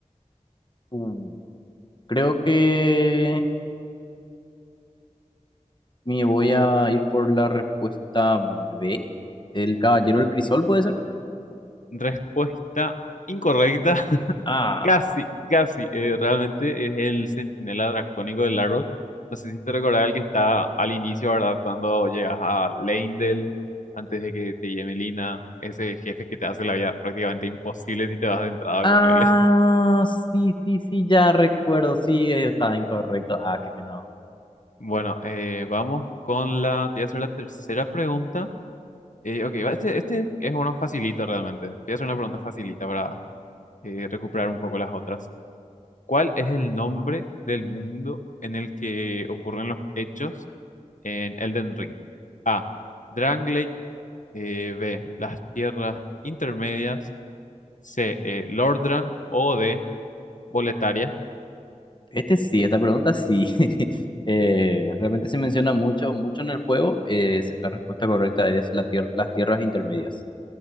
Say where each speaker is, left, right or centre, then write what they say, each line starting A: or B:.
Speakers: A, on the left; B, on the left.
A: Bien. Creo que me voy a ir por la respuesta B. El Caballero del Crisol, ¿puede ser?
B: Respuesta incorrecta.
A: Ah.
B: Casi, casi. eh, realmente es el centinela dracónico del árbol. No sé si te recordás el que está al inicio, ¿verdad? Cuando llegas a Leyndell, antes de que te lleve Lina, ese jefe que te hace la vida prácticamente imposible si te vas de entrada
A: Ah,
B: con él. <laughs>
A: sí, sí, sí, ya recuerdo. Sí, eh, está incorrecto. Ah, qué penado.
B: Bueno, eh, vamos con la. Te voy a hacer la tercera pregunta. Eh, ok, va, este, este es uno facilito realmente. Te voy a hacer una pregunta facilita para eh, recuperar un poco las otras. ¿Cuál es el nombre del mundo en el que ocurren los hechos? en Elden Ring? A. Drangley. eh, B. Las tierras intermedias. C. eh, Lordran. O D. Boletaria. <laughs>
A: Este sí, esta pregunta sí. <laughs> Eh, realmente se menciona mucho, mucho en el juego. Eh, es- la respuesta correcta es la tier- las tierras intermedias.